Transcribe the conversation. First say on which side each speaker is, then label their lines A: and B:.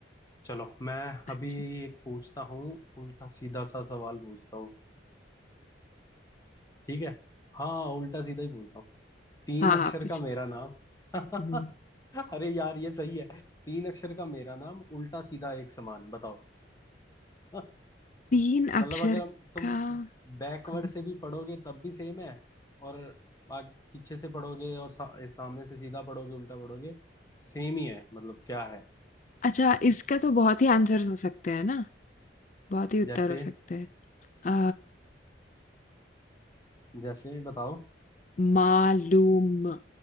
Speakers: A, on the left (about 20°); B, on the left (about 40°).
A: चलो मैं
B: अच्छा
A: अभी एक पूछता हूँ उल्टा सीधा सा सवाल पूछता हूँ ठीक है हाँ उल्टा सीधा ही पूछता हूँ तीन
B: हाँ हाँ
A: अक्षर
B: पूछिए
A: का मेरा नाम <laughs>
B: हम्म,
A: अरे यार ये सही है तीन अक्षर का मेरा नाम उल्टा सीधा एक समान बताओ <laughs>
B: तीन
A: मतलब
B: अक्षर
A: अगर हम तुम
B: का
A: बैकवर्ड
B: हम्म,
A: से भी पढ़ोगे तब भी सेम है और आग, पीछे से पढ़ोगे और सा, सामने से सीधा पढ़ोगे उल्टा पढ़ोगे सेम ही है मतलब क्या है
B: अच्छा इसका तो बहुत ही आंसर्स हो सकते हैं ना बहुत ही उत्तर
A: जैसे
B: हो सकते हैं अ,
A: जैसे बताओ
B: मालूम